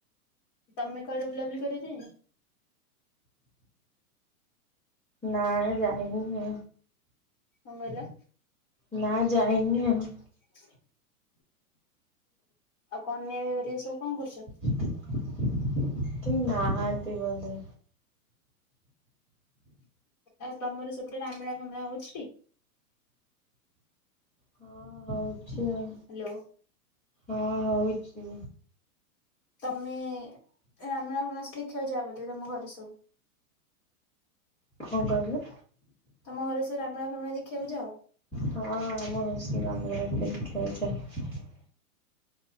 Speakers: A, on the left; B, in the centre.
A: ତମେ କୁଆଡେ ବୁଲାବୁଲି କରିବାକୁ ଯାଇନ?
B: ନାଇ ଯାଇନି ମୁଁ।
A: କଣ କହିଲ?
B: ନା ଯାଇନି ଆଉ।
A: ହ ଆଉ କନ୍ୟାର ହରିକ ସବୁ କଣ କରୁଛନ୍ତି?
B: କେହି ନାହାନ୍ତି ବୋଧେ?
A: ଆଉ ତମର ସେପଟେ ରାମିଳା ଫାମିଳା ହଉଛିି ଟି?
B: ହଁ ହଉଛି ଆଉ
A: ହ୍ୟାଲୋ।
B: ହଁ ହଉଛି।
A: ତମେ ରାମୀଳା ଫାମିଳା ସବ୍ ଦେଖିବାକୁ ଯାଅ ବୋଧେ ତମ ଘରେ ସବୁ?
B: କ କହିଲୁ?
A: ତମ ଘରେ ସବୁ ରମିଲା ଫାମିଲା ଦେଖିବାକୁ ଯାଅ?
B: ହଁ ଆମ ଘରେ ସବୁ ଦେଖିବାକୁ ଦେଖିବାକୁ ଯାଉ <unintelligible>